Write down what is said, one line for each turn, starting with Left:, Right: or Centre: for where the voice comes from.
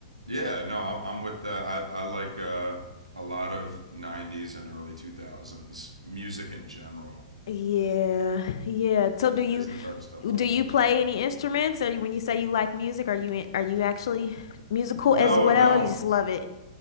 Right: Yeah, no, I'm, I'm with that. I, I like uh, a lot of '90s and early 2000s music in general.
Left: Yeah. Yeah. So
Right: i-
Left: do you
Right: Is the type of stuff
Left: do
Right: I really
Left: you play
Right: rock with.
Left: any instruments? Or when you say you like music, are you in, are you actually musical
Right: No,
Left: as well?
Right: no,
Left: Or you just love it?